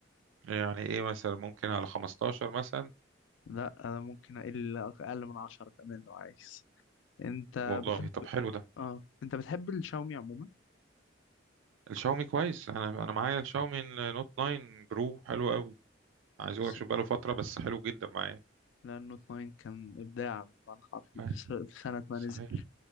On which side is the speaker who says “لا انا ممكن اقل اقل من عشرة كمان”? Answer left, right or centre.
Left